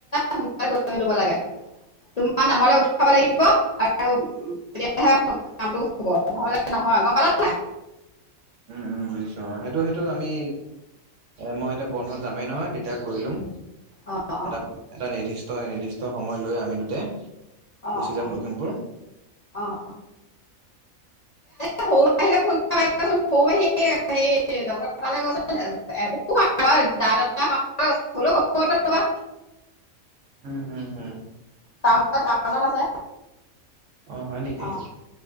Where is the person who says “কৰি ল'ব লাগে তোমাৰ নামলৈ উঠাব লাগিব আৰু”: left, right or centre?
Left